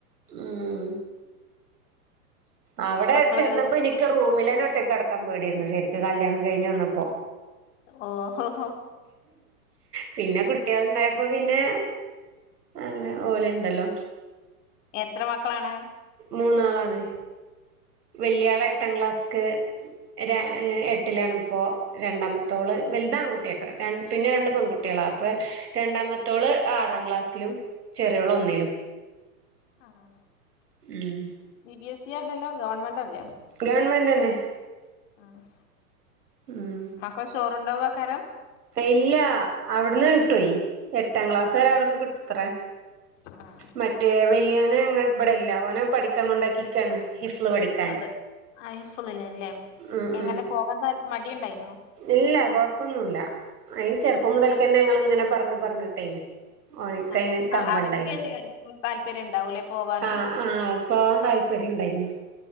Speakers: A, on the right; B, on the left.
A: ഉം അവിടെ
B: മക്കള്
A: ചെന്നപ്പോ നിക്ക് റൂമിലേന്ന ഒറ്റക്ക് കിടക്കാ പേടെയ്രുന്നു ശെരിക്ക് കല്യാണം കഴിഞ്ഞ് വന്നപ്പോ
B: ഓഹ് ഹോ ഹോ
A: പിന്നെ കുട്ടികള്ണ്ടായപ്പോ പിന്നെ അങ്ങനെ
B: ആ
A: ഓലുണ്ടല്ലോ
B: എത്ര മക്കളാണ്
A: മൂന്നാളാണ്.. വെല്യാള് എട്ടാ ക്ലാസ്ക്ക് ര എട്ടിലാണിപ്പോ. രണ്ടാമത്തോള്
B: ആ
A: വലുത് ആൺകുട്ടിയാട്ടാ പിന്നെ രണ്ട് പെൺകുട്ട്യേളാ അപ്പോ രണ്ടാമത്തോള്. ആറാ ക്ലാസ്സിലും ചെറിയോള് ഒന്നിലും.
B: ആഹ്
A: ഉം
B: സി ബി എസ് സി അല്ലല്ലോ ഗവൺമെൻറ് അല്ലേ.
A: ഗവൺമെൻ്റെന്നെ
B: ആഹ്
A: ഉം
B: മക്കൾ ചോറുണ്ടാവോകാരം.
A: ഇല്ല അവിടുന്ന് കിട്ടോയ് എട്ടാ ക്ലാസ്
B: ആഹ്
A: വരെ അവിടെന്ന് കിട്ടു ത്ര
B: ആഹ്
A: മറ്റേ വല്യോന് ഇബടല്ല ഓനെ പഠിക്കാൻ കൊണ്ടാക്കിക്കാണ്. ഹിഫ്ള് പഠിക്കാന്
B: അത് ആഹ് ഹിഫ്ള്‌ലല്ലേ
A: ഉം
B: എങ്ങനെ
A: ഉം
B: പോകാൻ താൽ മടിണ്ടായിരുന്നോ.
A: ഇല്ല കൊഴപ്പൊന്നുല്ല അയ് ചെറുപ്പം
B: ആഹ്
A: മുതൽക്കന്നെ ഞങ്ങളിങ്ങനെ പറഞ് പറഞ്ഞിട്ടേ. ഓൻകയിന്
B: ആഹ്
A: കമ്പണ്ടായിനു
B: അവൻക്ക് താല്പര്യം ഉണ്ടാവൂലേ പോവാന്
A: ആഹ് ആഹ് പോകാൻ താല്പര്യണ്ടായിരുന്നു